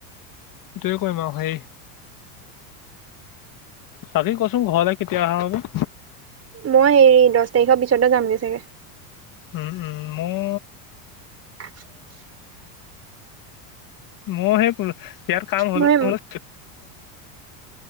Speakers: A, on the left; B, on the right.
A: সেইটোৱে কৰিম আৰু সেই বাকি কচোন ঘৰলৈ কেতিয়া অহা হ'ব?
B: মই হেৰি দহ তাৰিখৰ পিছতে যামগে চাগে।
A: উম উম। মোৰ
B: <unintelligible>
A: মই সেই ইয়াৰ কাম হ'লো
B: মই
A: নহলো